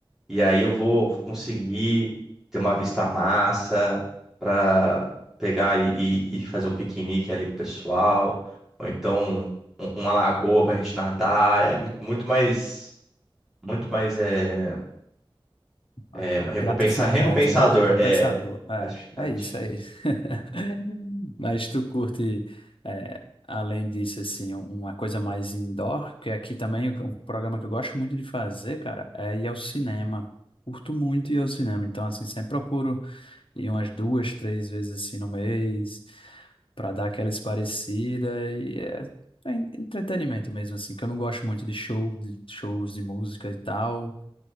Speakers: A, in the centre; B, on the left.
A: e aí eu vou, vou conseguir ter uma vista massa para pegar e, e- e fazer um piquenique ali com o pessoal, ou então um- uma lagoa pra gente nadar, é muito, muito mais, muito mais é,
B: Ah,
A: é,
B: cara,
A: recompensar,
B: gratificante,
A: recompensador,
B: né? Recompensador.
A: é. Gratificante.
B: É, é isso, é
A: isso.
B: isso. <laughs> Mas tu curte, é, além disso, assim, um- uma coisa mais indoor, que aqui também o- um programa que eu gosto muito de fazer, cara, é ir ao cinema. Curto muito ir ao cinema, então, assim, sempre procuro ir umas duas, três vezes, assim, no mês, para dar aquela esparecida e é, é entretenimento mesmo, assim, que eu não gosto muito de show, de shows de música e tal,